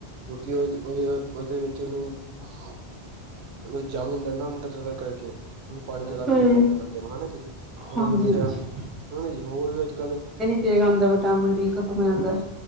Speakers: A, on the right; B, in the centre.
A: ਕਿਉਂਕਿ ਉਹ ਚ ਉਹ ਉਹਦੇ ਵਿੱਚ ਉਹਨੂੰ <unintelligible> ਦੇਂਦਾ ਅੰਦਰ ਕਰਕੇ, ਉਹਨੂੰ ਪਾਣੀ ਜਿਆਦਾ
B: ਸਹੀ
A: ਪੀਣਾ
B: ਏ,
A: ਪੈਂਦਾ ਬੰਦੇ ਨੂੰ, ਹਨਾ ਜੀ। ਉਹ
B: ਹਾਂਜੀ-ਹਾਂਜੀ।
A: ਮੈਂ ਦੱਸਿਆ, ਹਾਂ ਜੀ, ਹੋਰ ਵੀ ਅੱਜ ਕੱਲ੍ਹ
B: ਏਕ ਆਂਦਾ ਵਿਟਾਮਿਨ ਡੀ ਖਤਮ ਹੋ ਜਾਂਦਾ।